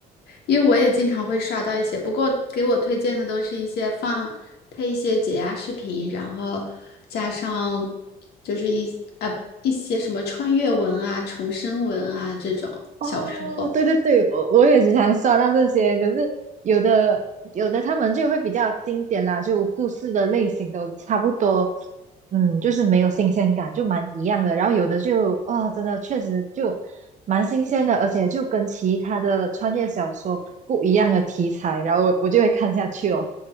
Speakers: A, on the left; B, on the right.
A: 因为我也经常会刷到一些，不过给我推荐的都是一些放配一些解压视频，然后加上就是一呃一些什么穿越文啊、重生文啊这种小说
B: 哦，对对对，我我也时常刷到这些，可是有的有的他们就会比较经典啦，就故事的类型都差不多，嗯，就是没有新鲜感，就蛮一样的。然后有的就哦，真的确实就蛮新鲜的，而且就跟其他的穿越小说不一样的题材，然后我我就会看下去哦。